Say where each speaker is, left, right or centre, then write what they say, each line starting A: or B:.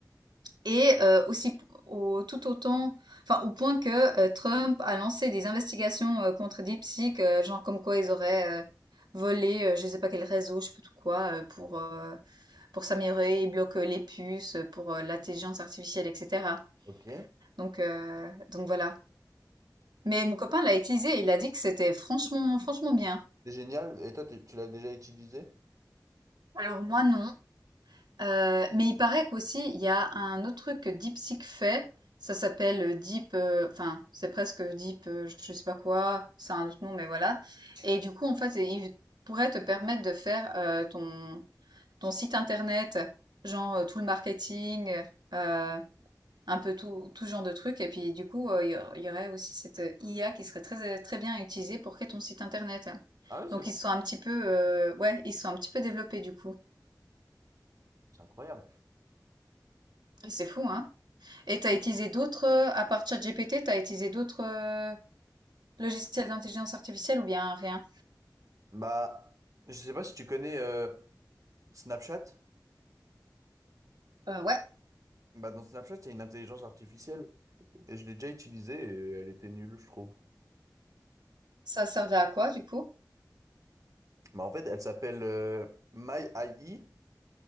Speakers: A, on the right; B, on the right.
A: Et euh, aussi p- au, tout autant, enfin au point que euh, Trump a lancé des investigations euh, contre DeepSeek, euh, genre comme quoi ils auraient euh, volé, euh, je ne sais pas quel réseau, je sais pas tout quoi, euh, pour euh, pour s'améliorer, ils bloquent euh, les puces euh, pour euh, l'intelligence artificielle, etc.
B: ok.
A: Donc, euh, donc voilà. Mais mon copain l'a utilisé, il a dit que c'était franchement, franchement bien.
B: C'est génial. Et toi, t'es- tu l'as déjà utilisé?
A: Alors moi non. Euh, mais il paraît qu'aussi il y a un autre truc que DeepSeek fait. Ça s'appelle euh, Deep, euh, enfin c'est presque Deep, euh, je sais pas quoi, c'est un autre nom, mais voilà. Et du coup en fait il pourrait te permettre de faire euh, ton ton site internet, genre euh, tout le marketing. euh, un peu tout, tout genre de trucs. Et puis du coup, euh, il y aur- il y aurait aussi cette euh, IA qui serait très, euh, très bien utilisée pour créer ton site internet.
B: Ah ouais, c'est
A: Donc
B: bon.
A: ils sont un petit peu, euh, ouais, ils sont un petit peu développés du coup.
B: C'est incroyable.
A: Et C'est fou, hein? Et t'as utilisé d'autres, euh, à part ChatGPT, t'as utilisé d'autres euh, logiciels d'intelligence artificielle ou bien rien?
B: Bah, je sais pas si tu connais euh, Snapchat.
A: Euh, ouais,
B: Bah, dans Snapchat, il y a une intelligence artificielle. Et je l'ai déjà utilisée et elle était nulle, je trouve.
A: ça servait à quoi du coup?
B: Bah, en fait, elle s'appelle euh, My AI.